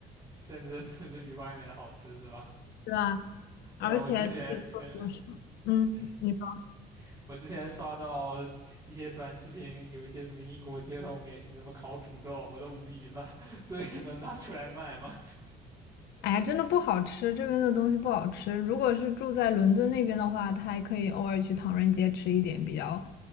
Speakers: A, on the right; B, on the left.
A: 甚至甚至比外面的好吃是吧？
B: 是啊，而且这个是嗯，
A: 对，我之前对，嗯，
B: 你说，
A: 我之前刷到一些短视频，有一些什么英国街头美食，什么烤土豆，我都无语了。<laughs> 这也能拿出来卖吗？
B: 哎呀，真的不好吃，这边的东西不好吃。如果是住在伦敦那边的话，他还可以偶尔去唐人街吃一点比较，